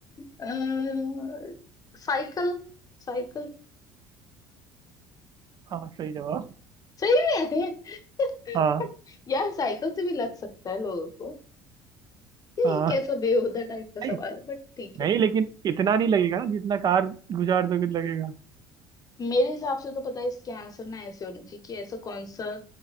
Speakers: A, on the left (about 35°); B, on the right (about 40°).
A: अ, साइकिल साइकिल
B: हाँ सही जवाब
A: सही में
B: हाँ
A: <laughs> यार साइकिल से भी लग सकता है लोगों को ये
B: हाँ
A: ये कैसा बेहुदा टाइप का सवाल
B: नहीं
A: है बट ठीक
B: नहीं
A: है
B: लेकिन इतना नहीं लगेगा ना जितना कार गुजार दोगे तो लगेगा
A: मेरे हिसाब से तो पता है इसके आंसर ना ऐसे होने चाहिए कि ऐसा कौन सा